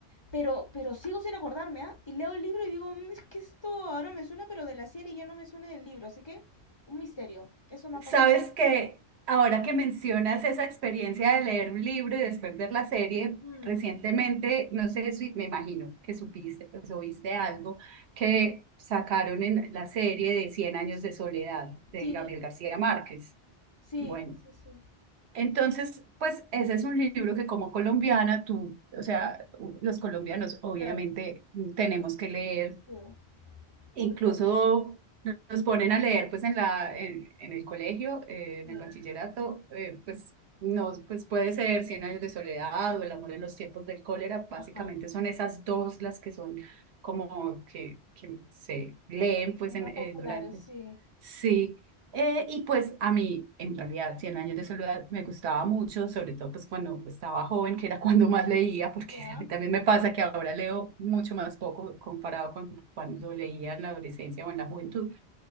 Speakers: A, on the left; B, on the right.
A: Pero, pero sigo sin acordarme, ¿ah? Y leo el libro y digo, "Mm, es que esto ahora me suena, pero de la serie ya no me suena del libro. Así que, un misterio. Eso me ha
B: Sabes
A: pasado.
B: que ahora que mencionas esa experiencia de leer un libro y después ver la serie,
A: Mm,
B: recientemente, no sé si me imagino que supiste, pues o viste algo que sacaron en la serie de Cien años de soledad de
A: sí,
B: Gabriel García Márquez.
A: sí,
B: Bueno,
A: sí, sí.
B: entonces, pues ese es un libro que como colombiana tú, o sea, u- los colombianos obviamente
A: Claro,
B: tenemos que leer
A: sí.
B: Incluso
A: Obligado,
B: nos ponen a leer pues en la, en, en el colegio, eh, en
A: sí.
B: el bachillerato, eh, pues nos pues puede ser Cien años de soledad o El amor en los tiempos del cólera, básicamente
A: Ajá.
B: son esas dos las que son como que, que se leen pues
A: Los más
B: en, eh,
A: populares,
B: durante.
A: sí.
B: Sí, eh, y pues a mí, en realidad, cien años de soledad me gustaba mucho, sobre todo pues cuando estaba joven, que era <laughs> cuando más leía, porque
A: Ya,
B: <laughs> a mí también me pasa que ahora leo mucho más poco comparado con cuando leía en la adolescencia o en la juventud.